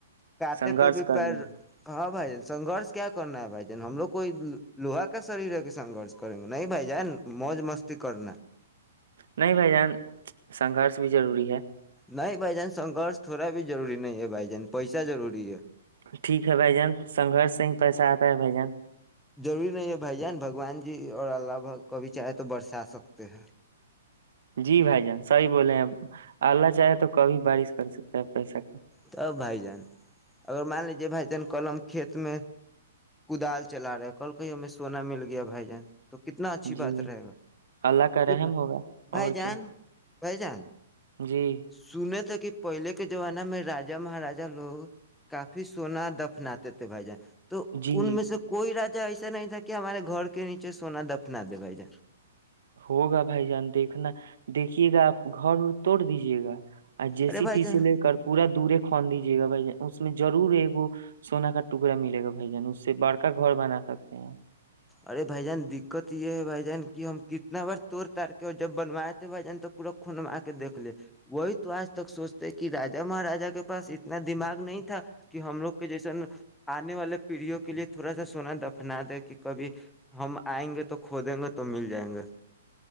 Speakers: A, in the centre; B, on the right.
A: کانٹے
B: سنگھرش
A: پہ بھی
B: کرنا
A: پر
B: ہے
A: بھائی ج سنگرش کیا کرنا ہے بھائی جان ہم لو کوئی لوہا کا شریر ہے کہ سنگرش کریں گے نہیں بھائی جان موج مستی کرنا ہے
B: نہیں بھائی جان سنگرش بھی ضروری ہے
A: نہیں بھائی جان سنگرش تھوڑا بھی روری نہیں ہے بھائی جان پیسہ ضروری ہے
B: ٹھیک ہے بھائی جان سنگرش سے ہی پیسہ آتا بھ جان <inaudible>
A: ضروری نہیں ہے بھائی جان بگوان جی اور اللہ بھ کبھی چاہے تو برسا سکتے ہیں
B: جی بھائی جان صحیح بولے ہیں اللہ چاہے تو کبھی بارش کر سکتے ہے پس کا
A: تب بھائی جان اگر مان لیجیے بھائی جان کل ہم کھیت میں کودال چلا رہے ہیں کل کہیے ہمیں سونا مل گیا بھائی جان تو کتنا اچھی
B: جی
A: بات رہے گا
B: اللہ کا رحم
A: یہائی
B: ہوگا
A: بھائی
B: اور
A: جان
B: کیا
A: بائی جان <inaudible>
B: جی
A: سنے تھ <unintelligible> کہ پہلے کے زمانہ میں راا مہاراجا لوگ کافی سونا دفناتے تھے بھائی جان تو
B: جی
A: ان میں سے کوئی راج ایسا نہیں تھا کہ ہمارے گھر کے نیچے سونا دفنا دے بھائی جا
B: ہوگا بھائی جان دیکھنا دیکھیے گا آپ گھر ا توڑ دیجیے گا اور جی
A: ارے
B: سی
A: بھائی
B: پیسی
A: جان
B: لے کر پورا دورے کھوون دیجیے گا بھائی ج اس میں ضرور ایک سونا کا ٹکڑا ملے گا بھائی جان اس سے بڑک گھر بنا سکتے ہیں
A: ارے بھائی جان دقت یہ ہے بھائی جان کہ ہم کتنا بار توڑ تار کے اور جب بنوائے تھے بھائی جان تو پورا خون م کے دھ لے وہی تو آج تک سوچتے کہ راجا مہاراجا کے پاس اتنا دماغ نہیں تھا کہ ہم لوگ کے جیسا آنے والے پیڑھیوں کے لیے تھوڑا سا سونا دفنا دے کہ کبھی ہم آئیں گے تو کھ دیں گے تو مل جائیں گے